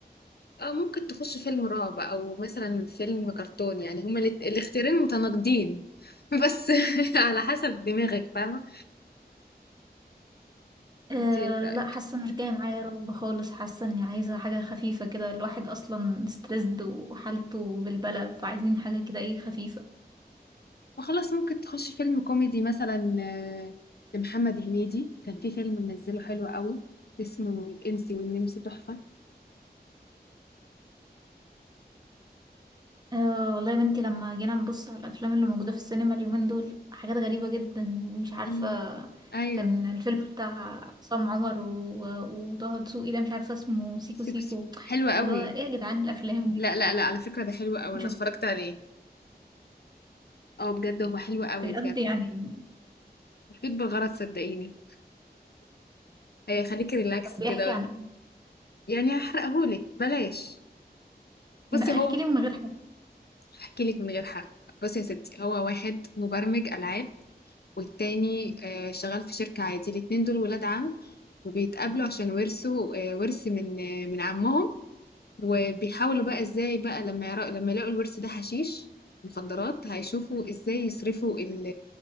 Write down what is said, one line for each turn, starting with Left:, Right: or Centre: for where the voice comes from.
Left: اه ممكن تخش فيلم رعب او مثلا فيلم كرتون يعني هما الات- الاختيارين متناقضين <laughs> بس على حسب دماغك فاهمة؟
Right: أه
Left: انت ايه رأيك؟
Right: لا حاسه مش جايه معايا رعب خالص حاسه اني عايزه حاجه خفيفه كده الواحد اصلا ستريسد وحالته بالبلى فعايزين حاجه كده ايه خفيفه
Left: وخلاص ممكن تخش فيلم كوميدي مثلا آه، لمحمد هنيدي كان في فيلم منزله حلو قوي اسمه الإنسي والنمس تحفة
Right: أه والله يا بنتي لما جينا نبص على الافلام اللي موجوده في السينما اليومين دول حاجات غريبه جدا مش عارفه
Left: مم. ايوه
Right: كان الفيلم بتاع عصام عمر و- وطه دسوقي ده مش عارفه اسمه سيكو
Left: سيكو
Right: سيكو
Left: سيكو حلو قوي
Right: اللي هو ايه يا جدعان الافلام دي
Left: لا لا لا على فكرة ده حلو قوي انا
Right: شوفي
Left: اتفرجت عليه اه بجد هو حلو قوي
Right: بجد
Left: بجد
Right: يعني
Left: مفيد بالغرض صدقيني هيخليكي ريلاكس
Right: طب بيحكي
Left: كده
Right: عن إيه؟
Left: يعني هحرقهولك بلاش
Right: لا
Left: بصي هو
Right: احكي لي من غير حد
Left: هحكي لك من غير حرق بصي يا ستي هو واحد مبرمج العاب والتاني آه، شغال في شركة عادي الاتنين دول ولاد عم وبيتقابلوا عشان ورثوا آه، ورث من آه، من عمهم وبيحاولوا بقى ازاي بقى لما يرا... لما يلاقوا الورث ده حشيش مخدرات هيشوفوا ازاي يصرفوا ال...